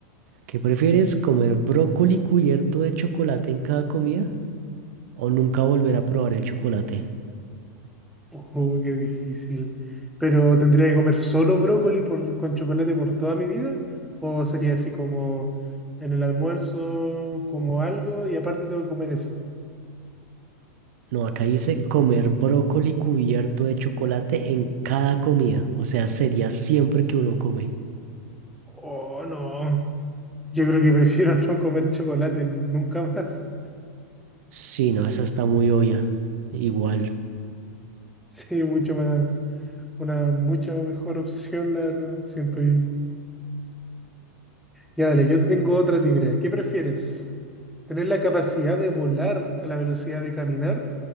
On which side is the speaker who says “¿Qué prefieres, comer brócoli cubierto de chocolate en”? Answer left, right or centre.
Right